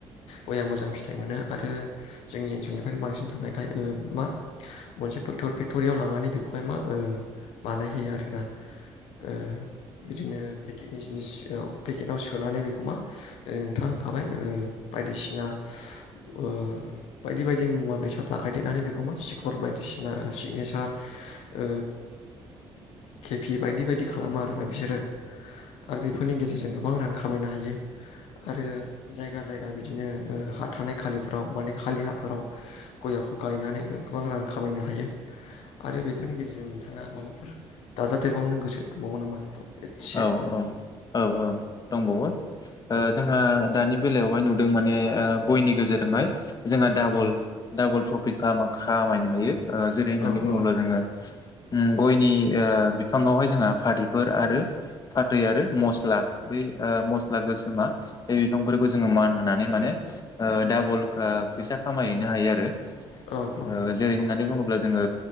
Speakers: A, on the left; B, on the left.
A: ओ गया मोजां फिथाइ मोनो आरो जोंनि ओनसोलनिफ्रायनो बांसिन थांनायखाय मा मोनसे फेक्ट'रियाव लांनानै बेखौ बेहाय मा ओ बानायहैयो आरोना ओ बिदिनो पेकेटनि जिनिसयाव पेकेटाव सोनानै बेखौ मा दिनै नोंथाङा होनखाबाय बायदिसिना ओ बायदि बायदि मुवा बेसाद लागायदेरनानै बेखौ मा सिखर बायदिसिना सिगनेसार ओ खेफि बायदि बायदि खालामो आरो बिसोरो आरो बेफोरनि गेजेरजों गोबां रां खामायनो हायो आरो जायगा जायगा बिदिनो ओ हा थानाय खालिफोराव माने खालि हाफोराव गयाखौ गायनानै गोबां रां खामायनो हायो आरो बे बेफोरनि गेजेरजों नोंथाङा माबाफोर दाजाबदेरबावनो गोसो दंबावो नामा एसे
B: औ औ औ दंबावो ओ
A: औ
B: जोंहा दानि बेलायावहाय नुदों माने ओ गयनि गेजेरजोंहाय जोंहा डाबल
A: औ
B: डाबल फ्रफिट कामा खामायनो हायो ओ जेरै होननानै
A: औ औ
B: बुङोब्ला जोङो उम गयनि आ बिफांङावहाय जोंङो फाथैफोर आरो फाथै आरो मस्ला बै ओ मस्ला गोसो बे बिफांफोरखौ जोङो मान होनानै माने डाबलखा फैसा खामायहैनो हायो आरो। ओ
A: औ औ
B: जेरै होननानै बुङो ब्ला जोङो